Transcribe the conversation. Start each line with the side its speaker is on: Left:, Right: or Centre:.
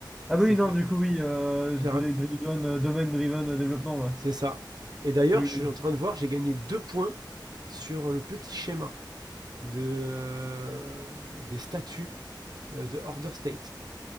Centre: Ah
Right: C'était
Centre: bah oui, non, du coup, oui, euh,
Right: faire,
Centre: dri-
Right: faire-
Centre: driven, euh, domaine driven euh, développement, là.
Right: C'est ça. Et d'ailleurs,
Centre: Oui,
Right: je suis
Centre: oui,
Right: en train de voir, j'ai gagné deux points sur le petit schéma de, euh, des statuts euh, de Order State.